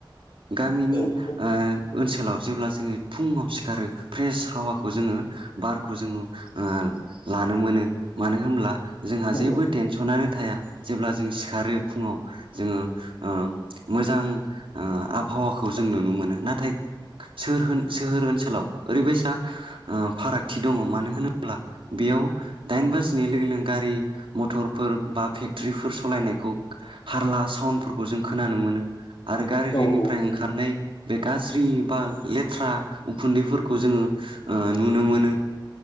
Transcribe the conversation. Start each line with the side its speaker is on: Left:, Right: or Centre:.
Right: गामिनि
Left: औ औ
Right: ओ ओनसोलाव जेब्ला जोङो फुङाव सिखारो फ्रेस हावाखौ जोङो बारखौ जोङो ओ ला नो मोनो मानो होनब्ला जोंहा
Left: नंगौ
Right: जेबो टेन्सनानो थाया जेब्ला जों सिखारो फुङाव जोङो ओ मोजां ओ आब हावाखौ जों नुनो मोनो नाथाय सारहोन-सोहोर ओनसोलाव ओरैबायसा ओ फारागथि दङ मानो होनोब्ला बेयाव दाइन बाजिनाय लोगो लोगोनो गारि मटरफोर बा फेक्टरिफोर सालायनायखौ हा रला साउडफोरखौ जों खोनानो मोनो आरो गारिनिफ्राय
Left: औ नंगौ
Right: ओंखारनाय बे गाज्रि बा लेथ्रा उखुन्दैफोरखौ जोङो ओ नुनो मोनो